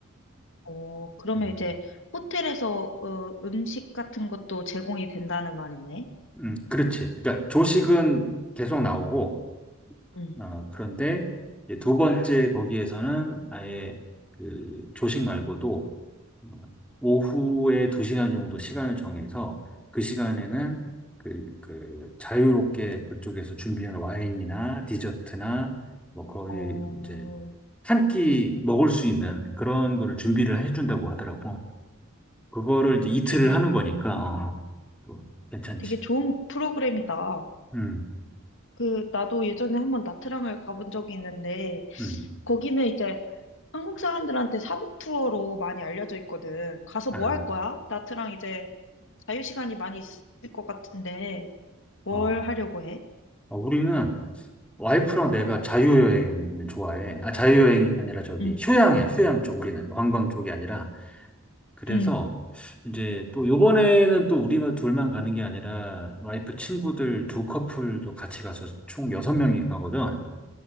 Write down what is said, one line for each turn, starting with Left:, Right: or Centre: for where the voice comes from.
Left: 어, 그러면
Centre: 음,
Left: 이제 호텔에서 어, 음식 같은 것도 제공이 된다는 말이네.
Centre: 음, 그렇지. 그러니까 조식은 계속 나오고
Left: 응.
Centre: 어, 그런데 이제 두 번째 거기에서는 아예 그 조식 말고도 오후에 두시간 정도 시간을 정해서 그 시간에는 그, 그 자유롭게 그쪽에서 준비한 와인이나 디저트나 뭐 거의
Left: 어,
Centre: 이제 한 끼 먹을 수 있는 그런 거를 준비를 해준다고 하더라고. 그거를 이제
Left: 음,
Centre: 이틀을
Left: 되게,
Centre: 하는 거니까 어, 또 괜찮지.
Left: 되게 좋은 프로그램이다.
Centre: 음,
Left: 그, 나도 예전에 한번 나트랑을 가본 적이 있는데,
Centre: 음.
Left: 거기는 이제 한국 사람들한테 사복 투어로 많이 알려져 있거든. 가서
Centre: 아,
Left: 뭐 할 거야? 나트랑 이제 자유시간이 많이 있을 것 같은데, 뭘
Centre: 어.
Left: 하려고 해?
Centre: 어, 우리는 와이프랑 내가 자유여행을 좋아해. 아, 자유여행이 아니라 저기
Left: 응,
Centre: 휴양이야, 휴양 쪽. 우리는 관광 쪽이 아니라 그래서
Left: 응,
Centre: 이제 또 요번에는 또 우리만 둘만 가는 게 아니라 와이프 친구들 두 커플도 같이 가서 총 여섯 명이 가거든.